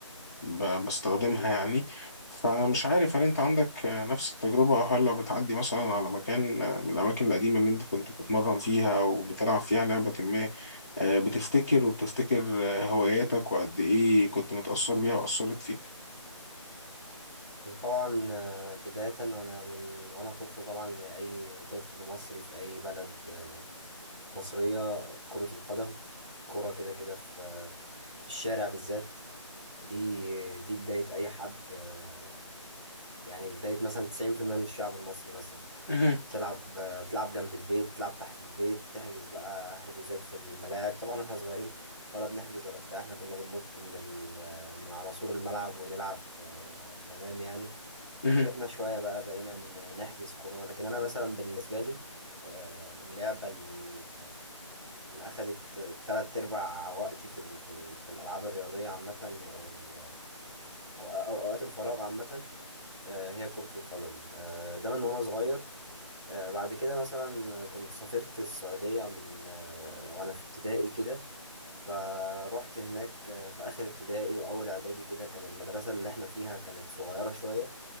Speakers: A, on the left (about 35°); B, in the centre.
A: ب... بستخدمها يعني فمش عارف هل انت عندك آه، نفس التجربة او هل لو بتعدي مثلا على مكان آه، من الأماكن القديمة اللي انت كنت بتتمرن فيها وبتلعب فيها لعبة ما آه، بتفتكر وبتفتكر آه، هواياتك وقد ايه كنت متأثر بيها وأثرت فيك؟
B: طبعا آه، بداية وأنا من وأنا طفل طبعا زي أي طفل مصري في أي بلد آه، مصرية كرة القدم كرة كده كده في آه، في الشارع بالذات دي دي بداية أي حد آه، يعني بداية مثلا 90% من الشعب المصري مثلا
A: مهم.
B: بتلعب آه، بتلعب جنب البيت بتلعب تحت البيت تحجز بقى حجوزات في الملاعب طبعا احنا صغيرين ولا بنحجز ولا بتاع احنا كنا بننط من ال... من على سور الملعب ونلعب آه، تمام يعني
A: مهم.
B: كبرنا شوية بقى بقينا ن- نحجز كورة لكن أنا مثلا بالنسبة لي آه، اللعبة ال- اللي أخدت تلات أرباع وقتي في ال- في ال- في الألعاب الرياضية عامة أو ال- أو أو أوقات الفراغ عامة آه، هي كرة القدم آه، ده من وأنا صغير آه، بعد كده مثلا كنت سافرت السعودية من آه، وأنا في ابتدائي كده فروحت هناك آه، في آخر ابتدائي وأول إعدادي كده كان المدرسة اللي إحنا فيها كانت صغيرة شوية